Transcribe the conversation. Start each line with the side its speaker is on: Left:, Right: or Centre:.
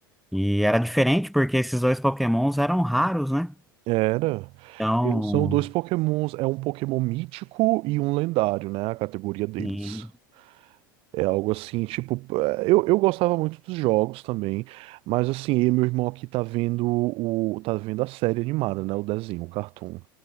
Centre: E era diferente, porque esses dois Pokémons eram raros, né?
Right: Era.
Centre: Então,
Right: Eles são dois Pokémons. É um Pokémon mítico e um lendário, né? A categoria deles.
Centre: e-
Right: É algo assim, tipo. é, Eu, eu gostava muito dos jogos também. Mas assim, eu e meu irmão aqui tá vendo o. tá vendo a série animada, né? O desenho, o cartoon.